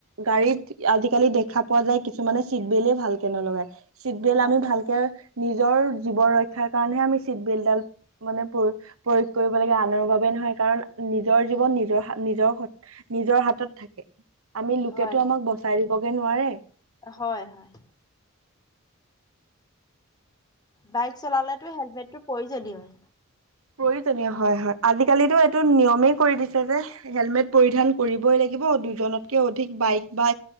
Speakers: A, on the right; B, on the left.
A: গাড়ীত আজিকালি দেখা পোৱা যায় কিছুমানে চিট বেল্টে ভালকে নলগায়। চিটবেল
B: হয়
A: আমি ভালকে নিজৰ জীৱ ৰক্ষাৰ কাৰণেহে আমি চিটবেল্টডাল মানে প্ৰ প্ৰয়োগ কৰিব লাগে আনৰ বাবে নহয় কাৰণ নিজৰ জীৱন নিজৰ নিজৰ নিজৰ হাতত থাকে। আমি লোকেতো
B: হয়
A: আমাক বচাই দিবগে নোৱাৰে।
B: হয় হয়। বাইক চলালেতো হেলমেতটো প্ৰয়োজনীয়‌ই।
A: প্ৰয়োজনীয় হয় হয় আজিকালিটো এইটো নিয়মেই কৰি দিছে যে হেলমেট পৰিধান কৰিবই লাগ- লাগিব দুজনতকে অধিক বাইক বা